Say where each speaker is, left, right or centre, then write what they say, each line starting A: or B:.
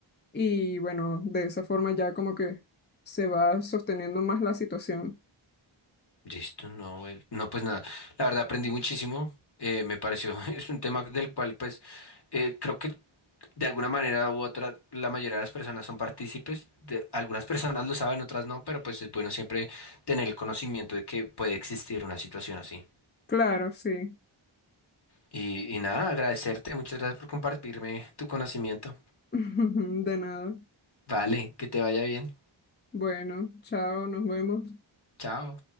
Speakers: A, on the left; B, on the left.
A: Y bueno, de esa forma ya como que se va sosteniendo más la situación.
B: Listo, no, bueno. No, pues nada. La verdad aprendí muchísimo. eh, me pareció, <laughs> es un tema del cual, pues, eh, creo que de alguna manera u otra, la mayoría de las personas son partícipes. De, algunas personas lo saben, otras no, pero pues es bueno siempre tener el conocimiento de que puede existir una situación así.
A: Claro, sí.
B: Y, y nada, agradecerte. Muchas gracias por compartirme tu conocimiento.
A: <laughs> De nada.
B: Vale, que te vaya bien.
A: Bueno, chao, nos vemos.
B: Chao.